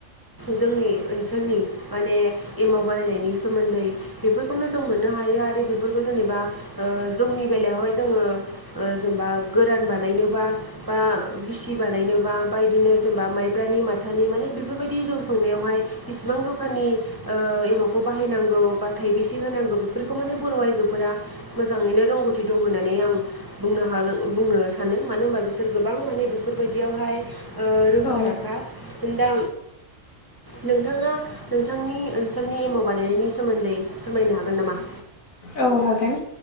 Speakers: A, on the right (about 15°); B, on the left (about 85°).
A: जोंनि ओनसोलनि माने एमाव बानायनायनि सोमोन्दै बेफोरखौनो जों मोननो हायो आरो बेफोरखौ जेनेबा जोंनि बेलायावहाय जोङो ओ जेनेबा गोरान बानायनोबा बा गिसि बानायनोबा बा बिदिनो जेनेबा माइब्रानि माथानि मानि बेफोरबायदि जौ संनायावहाय बिसिबां जखानि ओ एमाखौ बाहायनांगौ बा थाइबसे होनांगौ बेफोरखौ माने बर' आइजोफोरा मोजाङैनो रोंगौथि दं होननानै आं बुंनो हा-बुंनो सानो मानो होनबा बिसोर गोबां माने बेफोर बायदियावहाय ओ रोंखा
B: औ
A: नोंदा नोंथाङा नोंथांनि ओनसोलनि एमाव बानायनायनि सोमोन्दै फोरमायनो हागोन नामा?
B: औ हागोन